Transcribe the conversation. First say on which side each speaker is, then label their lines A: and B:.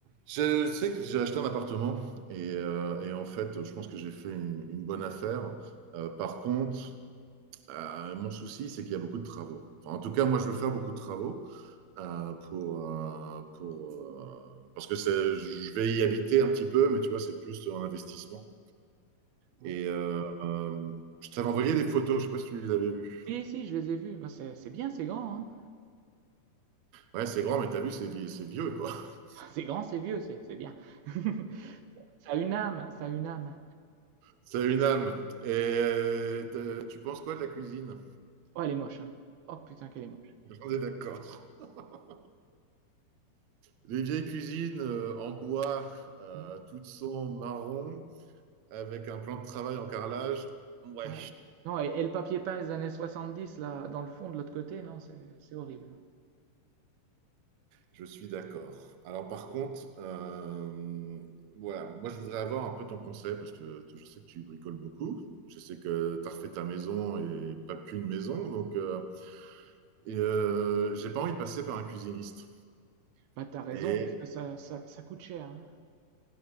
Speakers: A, on the right; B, on the right.
A: Je sais que j'ai acheté un appartement et, heu et en fait, je pense que j'ai fait une une bonne affaire. Heu, par contre, heu, mon souci, c'est qu'il y a beaucoup de travaux. Enfin, en tout cas, moi, je veux faire beaucoup de travaux, heu, pour, heu pour, heu parce que c'est je vais y habiter un petit peu, mais tu vois, c'est plus un investissement
B: Ouais.
A: et heu, hem, je t'avais envoyé des photos, je sais pas si tu les avais vues.
B: Si, si, je les ai vus. Bah, c'est c'est bien, c'est grand, hein.
A: Ouais, c'est grand, mais t'as vu, c'est vie c'est vieux, quoi. <laughs>
B: <laughs> C'est grand, c'est vieux, c'est c'est bien. <laughs> Ça a une âme, ça a une âme.
A: Ça a une âme et tu tu penses quoi de la cuisine?
B: Oh, elle est moche, hein. Oh putain, qu'elle est moche.
A: On est d'accord. <laughs> Les vieilles cuisines euh, en bois, euh,
B: Ouais,
A: toutes sont marron, avec un plan de travail en carrelage. Ouais,
B: ouais. Non, et, et le papier peint des années 70 là, dans le fond, de l'autre côté, non, c'est c'est horrible.
A: je suis d'accord. Alors par contre, euh, voilà, moi je voudrais avoir un peu ton conseil parce que t- je sais que tu bricoles beaucoup. Je sais que tu as refait ta maison et pas qu'une maison. Donc, euh, et, euh, j'ai pas envie de passer par un cuisiniste.
B: Bah, t'as raison,
A: Et,
B: parce que ça, ça, ça coûte cher, hein.